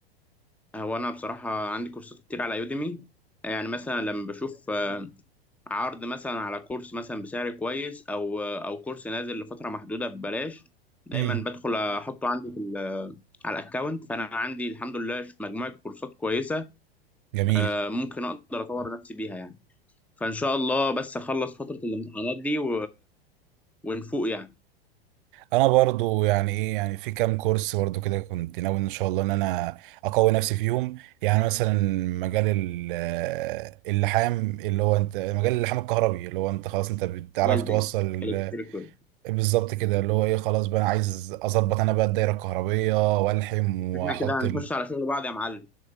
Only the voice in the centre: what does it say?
هو انا بصراحه عندي كورسات كتير على يوديمي يعني مثلا لما بشوف آه، عرض مثلا على كورس مثلا بسعر كويس او او كورس نازل لفتره محدوده ببلاش دايما
بدخل احطه عندي في ال- على الاكونت فانا عندي الحمد لله ش- مجموعه كورسات كويسه
آه، ممكن اقدر اطور نفسي بيها يعني فان شاء الله بس اخلص فتره الامتحانات دي و... ونفوق يعني
ويلدنج
الكتريك
ويلدنج
بس
احنا كده هنخش
على شغل بعض يا معلم